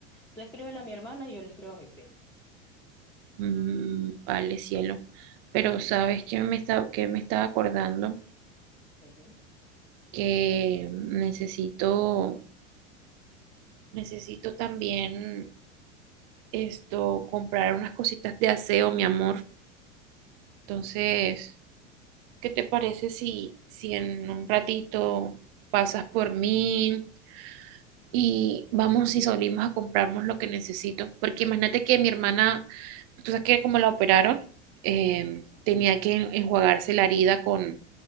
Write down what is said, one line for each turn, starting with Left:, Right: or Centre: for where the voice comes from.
Centre: Tú escríbele a mi hermana y yo le escribo a mi prima.
Right: Mm, vale, cielo. Pero sabes que me está, que me estaba acordando
Centre: ¿De qué?
Right: que necesito, necesito también esto, comprar unas cositas de aseo, mi amor. Entonces, ¿qué te parece si, si en un ratito pasas por mí y vamos y salimos a comprarnos lo que necesito? Porque imagínate que mi hermana Entonces, que como la operaron, em,
Centre: Ajá.
Right: tenía que enjuagarse la herida con,